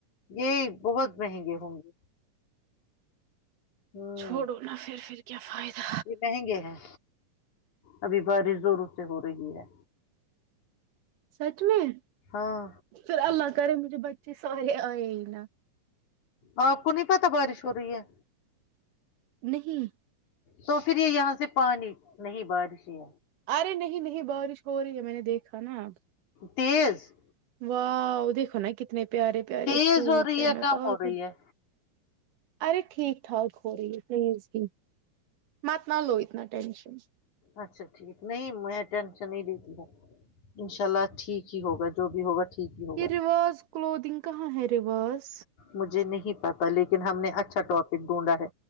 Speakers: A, on the left (about 70°); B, on the right (about 85°).
A: یہ بہت مہنگے ہوں گے ہوں
B: چھوڑو نہا پھر پھر کیا فائدہ
A: یہ مہنگے ہیں ابھی بارش زوروں سے ہو رہی ہے
B: سچ میں
A: ہاں
B: پھر اللہ کرے مجھے بچے سارے آئے ہی نا
A: آپ کو نہیں پتا بارش ہو رہی ہے
B: نہیں
A: تو پھر یہ یہاں سے پانی نہیں بارش ہے
B: ارے نہیں نہیں بارش ہو رہی ہے میں نے دیکھا نا اب
A: تیز
B: واہ دیکھو نا کتنے پیارے پیارے
A: تیز
B: سوٹ
A: ہو رہی
B: ہے میں
A: کم
B: پاگل
A: ہو رہی ہے
B: ارے ٹھیک ٹھاک ہو رہی ہے پلیز کی مات نہ لو اتنا ٹینشن
A: اچھا ٹھیک نہیں میں ٹینشن نہیں دیتی ہوں ان شاء اللہ ٹھیک ہی ہوگا جو بھی ہوگا ٹھیک ہی ہوگا
B: یہ رواز کلودنگ کہاں ہے رواز
A: مجھے نہیں پتا لیکن ہم نے اچھا ٹاپک ڈھونڈا ہے